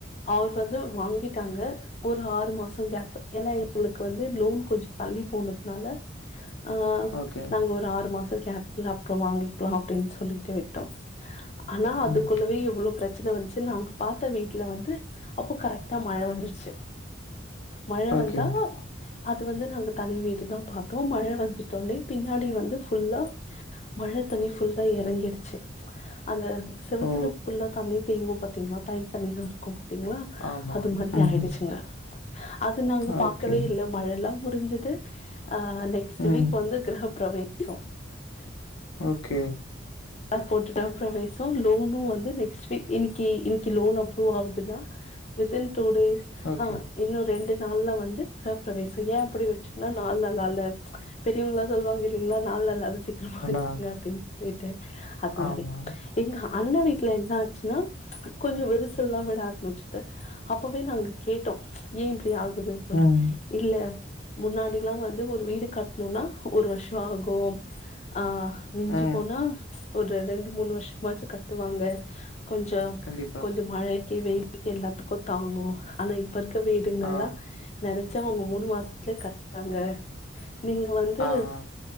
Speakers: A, on the left; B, on the left.
A: அவர் வந்து வாங்கிட்டாங்க ஒரு ஆறு மாசம் கேப் ஏன்னா எங்களுக்கு வந்து லோன் கொஞ்சம் தள்ளி போனதுனால ஆ
B: ஓகே.
A: நாங்க ஒரு ஆறு மாசொ கேப்ல அப்ற வாங்கிக்கலா அப்டின் சொல்லி தி விட்டோ ஆனா அதுக்குள்ளவே
B: ம்.
A: இவ்ளோ பிரச்சன வந்துச்சு அவங்க பாத்த வீட்ல வந்து அப்போ கரெக்டா மழ வந்துருச்சு மழ
B: ஓகே.
A: வந்தா அது வந்து நாங்க தனி வீடு தா பாத்தோ மழ வந்துட்டோனே பின்னாடி வந்து ஃபுல்லா மழ தண்ணி ஃபுல்லா இறங்கிடுச் அந்த செவுத்துல
B: ஓ!
A: ஃபுல்லா தண்ணி <unintelligible> பாத்தீங்னா தனி தனியாருக்கு பாத்திங்களா
B: ஆமா.
A: அது மாரி
B: ம்ஹ்ம்.
A: ஆயிடுச்சுங்க அது நாங்க பாக்கவே
B: ஓகே.
A: இல்ல மழலா முடிஞ்சிது ஆ நெக்ஸ்ட்
B: ம்.
A: வீக் வந்து கிரஹப்ப <unintelligible>
B: ஓகே
A: போட்டுட்டா <unintelligible> லோனும் வந்து நெக்ஸ்ட் வீக் இன்னைக்கு இன்னைக்கு லோன் அப்ரூவ் ஆகுதுன்னா within M two days
B: ஓகே.
A: ஆ இன்னு ரெண்டு நாள்ல வந்து கிரப்பிரவேச ஏன் அப்டி வச்சனா நாள் நல்லால்ல பெரியவங்க சொல்லுவாங்க இல்லங்களா நாள் நல்லா சீக்கிரமா
B: நல்லா
A: வச்சிருங்க அப்டின் சொல்லிட்டு அது மாரி
B: ஆமா.
A: எங்க அண்ண வீட்ல என்னாசுனா கொஞ்ச விரிசல்லாவிட ஆரம்பிச்சது அப்பவே நாங்க கேட்டோ ஏன் இப்டி ஆகுது சொல்
B: ம்,
A: இல்ல முன்னாடிலா வந்து ஒரு வீடு கட்ணுனா ஒரு வருஷம் ஆகு ஆ மிஞ்சி
B: ம்.
A: போனா ஒரு ரெண்டு மூணு வருஷமாச்சும் கட்டுவாங்க கொஞ்ச
B: கண்டிப்பா.
A: கொஞ்சோ மழை வெயிலுக்கு எல்லாத்துக்கு தாங்கு ஆனா இப் இப்பருக்க வீடுங்கல்லா
B: ஆ,
A: நெனைச்ச <unintelligible> அவ்ங்க மூணு மாசத்துலியே கத்டாங்க நீங்க வந்து
B: ஆ, ஆ.